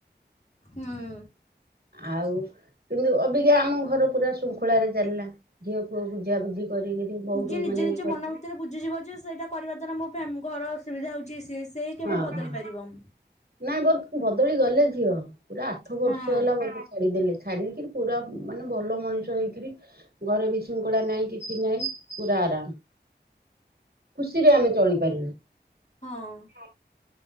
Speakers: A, on the left (about 40°); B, on the right (about 60°).
A: ହଁ।
B: ଆଉ କିନ୍ତୁ ଅବିକା ଆମ ଘର ପୁରା ଶୃଙ୍ଖଳାରେ ଚାଲିଲା। ଝିଅ ପୁଅ ବୁଝା ବୁଝି କରିକିରି ବହୁତ
A: ଯିଏ ନିଜେ
B: ମାନେ
A: ନିଜେ
B: ଇଏ କରିକିରି
A: ମନ ଭିତରେ ବୁଝିଯିବ ଯେ ସେଇଟା କରିବା ଦ୍ଵାରା ମୋ ଫ୍ୟା-ଘର ଅସୁବିଧା ହଉଚି ସିଏ ସେ କେବଳ
B: ହଁ
A: ବଦଳି
B: ହଁ
A: ପାରିବ।
B: ନାଇଁ ବ- ବଦଳି ଗଲେ ଝିଅ ପୁରା ଆଠ
A: ହଁ
B: ବର୍ଷ ହେଲା ବୋଧେ ଛାଡି଼ଦେଲେ। ଛାଡି ଦେଇକିରି ପୁରା ମାନେ ଭଲ ମଣିଷ ହେଇକରି ଘରେ ବିଶୃଙ୍ଖଳା ନାହିଁ କିଛି ନାହିଁ ପୁରା ଆରାମ୍। ଖୁସିରେ ଆମେ ଚଳିପାରିଲୁ।
A: ହଁ